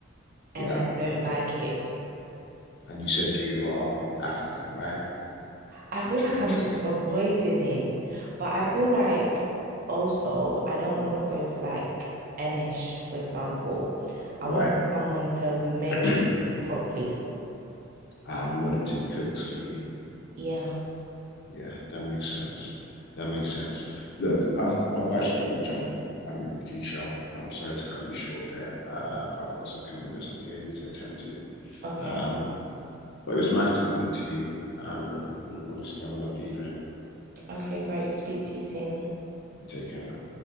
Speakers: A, on the right (about 40°); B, on the left (about 55°).
A: and
B: Yeah.
A: I don't like it.
B: And you said you are African, right?
A: I feel
B: True
A: like
B: and
A: I'm
B: true.
A: just avoiding it, but I
B: Yeah.
A: feel like also I don't want to go to like Enish, for example. I
B: Right.
A: want someone to make
B: <clears throat>
A: it properly.
B: Ah, you want it to be cooked for you.
A: Yeah.
B: Yeah, that makes sense. That makes sense. Look, I've I've actually got to jump, um, Keisha. I'm sorry to cut you short there, uh, but I've got some commitments I do need to attend to.
A: Okay.
B: Um, but it was nice talking to you. Um, and, and honestly, have a lovely evening.
A: Okay, great. Speak to you soon.
B: You take care now.